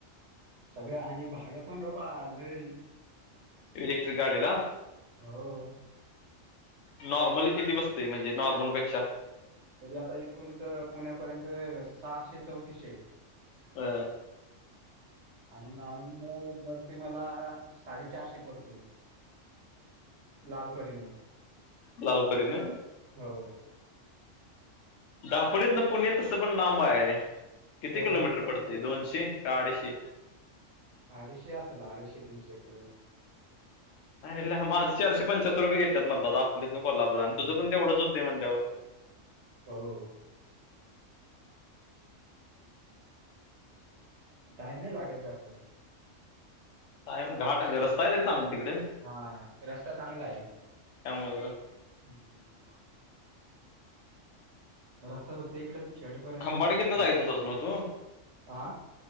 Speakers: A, on the right (about 60°); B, on the left (about 75°).
A: सगळं आणि भाडं पण रोपा आलय.
B: इलेक्ट्रिक गाडीला
A: हो
B: नॉर्मली किती बसतय म्हणजे नॉर्मल पेक्षा?
A: तरी आता इथून तर सहाशे चौतीशे यं.
B: अ अ!
A: आणि नॉर्मल <unintelligible> पडते मला साडेचारशे पडते. लालपरीन
B: लालपरीनं
A: हो.
B: दापोलीतन पुणे तसंपण लांब हाय, किती
A: हो
B: किलोमीटर
A: दाखवलंच
B: पडते
A: नाही
B: दोनशे? का आडीशे?
A: अडीशे असेल, अडीशे तीनशे किलो
B: आयला माझ चारशें पंच्याहत्तर रुपय घेतात मरदा दापोलीतन कोल्हापूर, आणि
A: हम्म.
B: तुझं पण तेवढच हुतय होतय म्हणल्यावर.
A: हो. टाइम नाय लागत जास्त.
B: टायम घाट रस्ता हाय का रे चांगला तिकड?
A: हा रस्ता चांगला हाय.
B: त्यामुळे
A: हम्म रस्ता फक्त इकडच छेडपर्यंच
B: खंबाडकीतनं
A: <unintelligible>
B: जायचंच ना तू
A: आ!